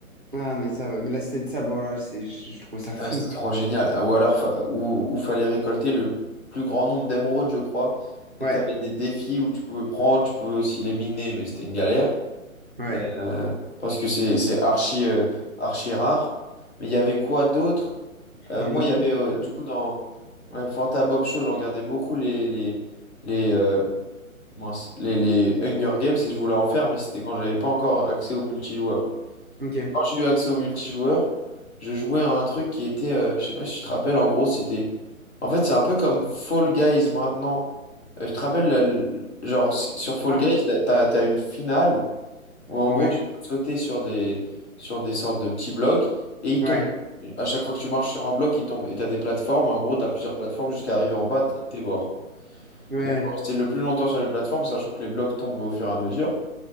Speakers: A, on the right; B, on the left.
A: Ah, mais ça, ouais. Mais là, c'était de ça. Bon, là, c'est, je, je trouvais ça fou.
B: Ah, c'était trop génial.
A: Je- je-
B: Ah, Ou alors, fa- ou, ou fallait récolter le plus grand nombre d'émeraudes, je crois. Et
A: Ouais,
B: t'avais des défis où tu pouvais prendre, tu pouvais aussi les miner, mais c'était une galère.
A: ouais.
B: Euh, parce que c'est c'est archi, euh, archi rare. Mais il y avait quoi d'autre?
A: Je crois
B: Euh,
A: qu'il y avait
B: moi,
A: même
B: il y
A: pas
B: avait
A: des...
B: euh, du coup dans ouais, Fanta Bob Show, je regardais beaucoup les, les, les, euh, mince, les, les Hunger Games et je voulais en faire, mais c'était quand j'avais pas encore accès au multijoueur
A: Ok.
B: quand j'ai eu accès au multijoueur, je jouais à un truc qui était, euh, je sais pas si tu te rappelles, en gros, c'était. En fait, c'est un peu comme Fall Guys maintenant. Euh, je te rappelle, la- l- genre, s- sur Fall
A: Ah,
B: Guys, là, t'as, t'as une finale où en
A: ouais,
B: gros, tu peux sauter sur des, sur des sortes de petits blocs et ils
A: ouais,
B: tombent. Et À chaque fois que tu marches sur un bloc, ils tombent. Et t'as des plateformes, et en gros, t'as plusieurs plateformes jusqu'à arriver en bas, t'es t'es mort.
A: ouais.
B: Et donc, faut rester le plus longtemps sur les plateformes, sachant que les blocs tombent au fur et à mesure.